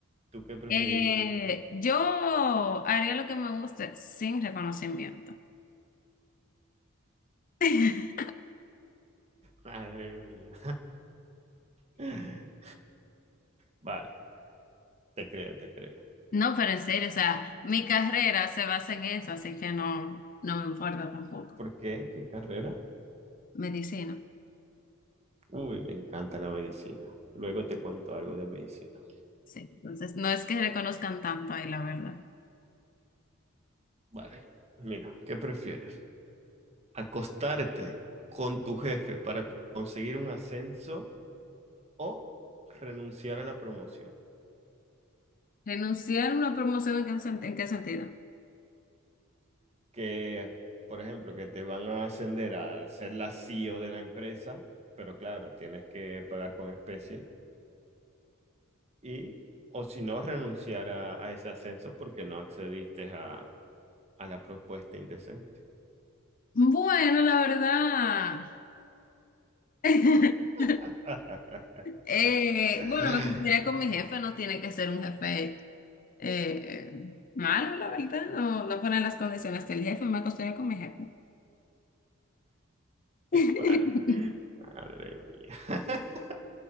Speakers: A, on the right; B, on the left.
A: tú qué preferirías?
B: Eh, yo haría lo que me guste sin reconocimiento. <laughs>
A: Madre mía. <laughs> Vale. Te creo, te creo.
B: No, pero en serio, o sea, mi carrera se basa en eso, así que no, no me importa tampoco.
A: ¿Por qué? ¿Qué carrera?
B: Medicina,
A: Uy, me encanta la medicina. Luego te cuento algo de medicina.
B: sí. Entonces, no es que reconozcan tanto ahí, la verdad.
A: Vale. Mira, ¿qué prefieres? ¿Acostarte con tu jefe para co- conseguir un ascenso o renunciar a la promoción?
B: ¿Renunciar a una promoción en qué, sen- en qué sentido?
A: Que, por ejemplo, que te van a ascender a ser la CEO de la empresa, pero claro, tienes que pagar con especies. Y, o si no, renunciar a, a ese ascenso porque no accediste a, a la propuesta indecente.
B: Bueno, la verdad. <laughs>
A: <laughs>
B: Eh,
A: <laughs>
B: bueno, me gustaría con mi jefe, no tiene que ser un jefe Eh, malo, la verdad, no, no ponen las condiciones del jefe, me acostumbré con mi jefe. <laughs>
A: Madre, madre mía. <laughs>